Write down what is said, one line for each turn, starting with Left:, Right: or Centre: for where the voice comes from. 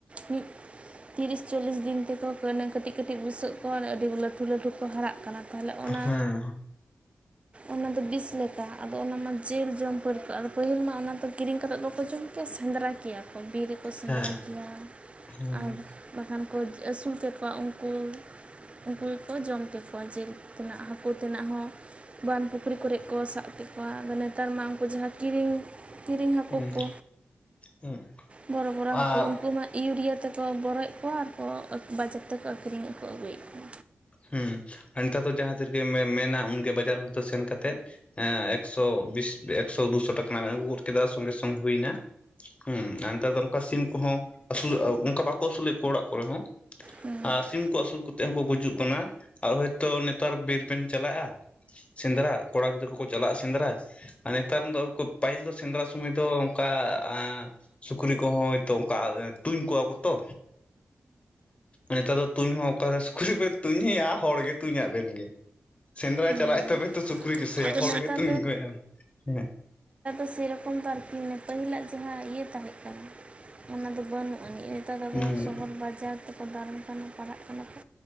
Right: ᱢᱤᱫ ᱛᱤᱨᱤᱥ ᱪᱚᱞᱞᱤᱥ ᱫᱤᱱ ᱛᱮᱠᱚ ᱠᱟᱹᱱᱟ ᱠᱟᱹᱴᱤᱡ ᱠᱟᱹᱴᱤᱡ ᱵᱩᱥᱟᱹᱜ ᱠᱚ ᱟᱨ ᱟᱹᱰᱤ ᱞᱟᱹᱴᱩ ᱞᱟᱹᱴᱩ ᱠᱚ ᱦᱟᱨᱟᱜ ᱠᱟᱱᱟ ᱛᱟᱦᱚᱞᱮ ᱚᱱᱟ
Left: ᱦᱮᱸ
Right: ᱚᱱᱟᱫᱚ ᱵᱤᱥ ᱞᱮᱠᱟ ᱟᱫᱚ ᱚᱱᱟᱢᱟ ᱡᱤᱞ ᱡᱚᱢ ᱯᱟᱹᱨᱠᱟᱹ ᱟᱫᱚ ᱯᱟᱹᱦᱤᱞ ᱢᱟ ᱚᱱᱟᱫᱚ ᱠᱤᱨᱤᱧ ᱠᱟᱛᱮᱫ ᱫᱚ ᱵᱟᱠᱚ ᱡᱚᱢ ᱠᱮ ᱥᱮᱸᱫᱽᱨᱟ ᱠᱮᱭᱟ ᱠᱚ ᱵᱤᱨ ᱨᱮᱠᱚ ᱥᱮᱸᱫᱽᱨᱟ
Left: ᱦᱮᱸ
Right: ᱠᱮᱭᱟ
Left: ᱦᱩᱸ
Right: ᱟᱨ ᱵᱟᱠᱷᱟᱱ ᱠᱚ ᱟᱹᱥᱩᱞ ᱠᱮᱠᱚᱣᱟ ᱩᱱᱠᱩ ᱩᱱᱠᱩ ᱜᱮᱠᱚ ᱡᱚᱢ ᱠᱮᱠᱚᱣᱟ ᱡᱤᱞ ᱛᱮᱱᱟᱜ ᱦᱟᱹᱠᱩ ᱛᱮᱱᱟᱜ ᱦᱚᱸ ᱵᱟᱱ ᱯᱩᱠᱷᱨᱤ ᱠᱚᱨᱮ ᱠᱚ ᱥᱟᱵ ᱠᱮᱫ ᱠᱚᱣᱟ ᱟᱫᱚ ᱱᱮᱛᱟᱨ ᱢᱟ ᱩᱱᱠᱩ ᱡᱟᱦᱟᱸ ᱠᱤᱨᱤᱧ ᱠᱤᱨᱤᱧ ᱦᱟᱠᱩ
Left: ᱦᱩᱸ
Right: ᱠᱚ
Left: ᱦᱩᱸ
Right: ᱵᱚᱨ ᱵᱚᱨᱚ ᱦᱟᱠᱩ
Left: ᱟᱨ
Right: ᱩᱱᱠᱩ ᱢᱟ ᱤᱭᱩᱨᱤᱭᱟᱹ ᱛᱮᱠᱚ ᱵᱚᱨᱚᱡ ᱠᱚᱣᱟ ᱟᱨ ᱠᱚ ᱟᱠ ᱵᱟᱡᱟᱨ ᱛᱮᱠᱚ ᱟᱠᱷᱨᱤᱧᱮᱫ ᱠᱚ ᱟᱜᱩᱭᱮᱫ ᱠᱚᱣᱟ
Left: ᱦᱮᱸ ᱟᱨ ᱱᱮᱛᱟᱨ ᱫᱚ ᱡᱟᱦᱟᱸ ᱛᱤᱨᱜᱮ ᱢᱮ ᱢᱮᱱᱟ ᱩᱱᱜᱮ ᱵᱟᱡᱟᱨ ᱦᱚᱭᱛᱳ ᱥᱮᱱ ᱠᱟᱛᱮᱫ ᱮᱸ ᱮᱠᱥᱚ ᱵᱤᱥ ᱮᱠᱥᱚ ᱫᱩᱥᱚ ᱴᱟᱠᱟ ᱨᱮᱱᱟᱜ ᱮᱢ ᱟᱹᱜᱩ ᱜᱚᱫ ᱠᱮᱫᱟ ᱥᱚᱝᱜᱮ ᱥᱚᱝ ᱦᱩᱭᱮᱱᱟ ᱦᱩᱸ ᱟᱨ ᱱᱮᱛᱟᱨ ᱫᱚ ᱚᱱᱠᱟ ᱥᱤᱢ ᱠᱚᱦᱚᱸ ᱟᱹᱥᱩᱞᱟᱜ ᱚᱱᱠᱟ ᱵᱟᱠᱚ ᱟᱹᱥᱩᱞᱮᱫ ᱠᱚᱣᱟ ᱚᱲᱟᱜ ᱠᱚᱨᱮ ᱦᱚᱸ
Right: ᱦᱩᱸ
Left: ᱟᱨ ᱥᱤᱢ ᱠᱚ ᱟᱹᱥᱩᱞ ᱠᱟᱛᱮ ᱦᱚᱸᱠᱚ ᱜᱩᱡᱩᱜ ᱠᱟᱱᱟ ᱟᱨ ᱦᱚᱭᱛᱚ ᱱᱮᱛᱟᱨ ᱵᱤᱨ ᱵᱮᱱ ᱪᱟᱞᱟᱜᱼᱟ ᱥᱮᱸᱫᱽᱨᱟ ᱠᱚᱲᱟ ᱜᱤᱫᱟᱹᱨ ᱠᱚᱠᱚ ᱪᱟᱞᱟᱜᱼᱟ ᱥᱮᱸᱫᱽᱨᱟ ᱟᱨ ᱱᱮᱛᱟᱨ ᱫᱚ ᱚᱱᱠᱟ ᱯᱟᱹᱦᱤᱞ ᱫᱚ ᱥᱮᱸᱫᱽᱨᱟ ᱥᱚᱢᱚᱭ ᱫᱚ ᱚᱱᱠᱟ ᱟᱸ ᱥᱩᱠᱨᱤ ᱠᱚᱦᱚᱸ ᱦᱚᱭᱛᱚ ᱚᱱᱠᱟ ᱛᱩᱧ ᱠᱚᱣᱟ ᱠᱚ ᱛᱚ ᱱᱮᱛᱟᱨ ᱫᱚ ᱛᱩᱧ ᱦᱚᱸ ᱚᱠᱟᱨᱮ ᱥᱩᱠᱨᱤ ᱵᱮᱱ ᱛᱩᱧᱮᱭᱟ ᱦᱚᱲ ᱜᱮ ᱛᱩᱧᱟᱜ ᱵᱮᱱ ᱜᱮ ᱥᱮᱸᱫᱽᱨᱟ
Right: ᱦᱩᱸ
Left: ᱪᱟᱞᱟᱜ ᱛᱚᱵᱮ ᱛᱚ ᱥᱩᱠᱨᱤ ᱡᱚᱥᱮᱭᱟ
Right: ᱟᱫᱚ
Left: ᱦᱚᱲ
Right: ᱱᱮᱛᱟᱨ
Left: ᱜᱮ ᱛᱩᱧᱜᱚᱡ ᱮᱱᱜᱮ ᱦᱮᱸ
Right: ᱥᱮ ᱨᱚᱠᱚᱢ ᱫᱚ ᱟᱨᱠᱤ ᱯᱟᱹᱦᱤᱞᱟᱜ ᱡᱟᱦᱟᱸ ᱤᱭᱟᱹ ᱛᱟᱦᱮᱸ ᱠᱟᱱᱟ ᱚᱱᱟᱫᱚ ᱵᱟᱹᱱᱩᱜ ᱟᱹᱱᱤᱡ ᱱᱮᱛᱟᱨ
Left: ᱦᱩᱸ
Right: ᱫᱚ ᱥᱚᱦᱚᱨ ᱵᱟᱡᱟᱨ ᱛᱮᱠᱚ ᱫᱟᱬᱟᱱ ᱠᱟᱱᱟ ᱯᱟᱲᱦᱟᱜ ᱠᱟᱱᱟ ᱠᱚ